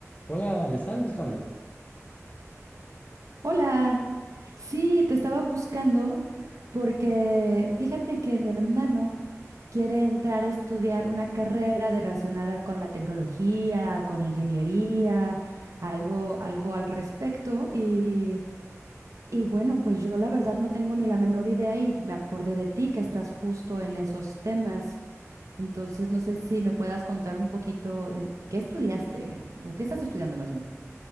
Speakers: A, on the left; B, on the right.
A: Hola, ¿me estás buscando?
B: Hola, sí, te estaba buscando porque fíjate que mi hermano quiere entrar a estudiar una carrera de- relacionada con la tecnología, con ingeniería, algo, algo al respecto y, y bueno, pues yo la verdad no tengo ni la menor idea y me acordé de ti que estás justo en esos temas. Entonces, no sé si me puedas contar un poquito eh, qué estudiaste o qué estás estudiando más bien.